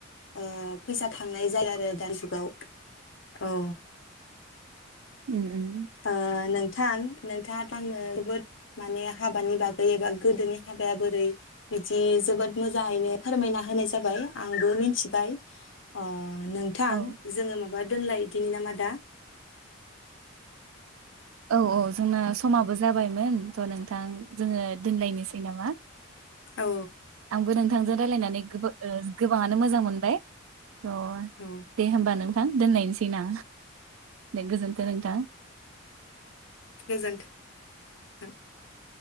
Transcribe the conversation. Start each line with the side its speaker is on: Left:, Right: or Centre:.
Left: ओ फैसा थांनाय जायो आरो दानि जुगाव औ।
Right: उम उम
Left: ओ नों थां नोंथाङाथ' नोगोद माने हाबानि बागै एबा गोदोनि हाबाया बोरै बिदि जोबोद मोजाङैनो फोरमायना होनाय जाबाय आंबो मिथिबाय ओ नोंथां
Right: औ
Left: जोङो माबा दोनलायदि नामा दा?
Right: औ औ जोंना समाबो जाबायमोन थ' नोंथां जोङो दोनलायनोसै नामा?
Left: औ
Right: आंबो नों थांजों रायलायनानै गोब-गोबाङानो मोजां मोनबाय। अ
Left: औ
Right: दे होमबा नों थां दोननायनोसै ना दे गोजोन्थों नोंथां।
Left: गोजोन्थों। <inaudible>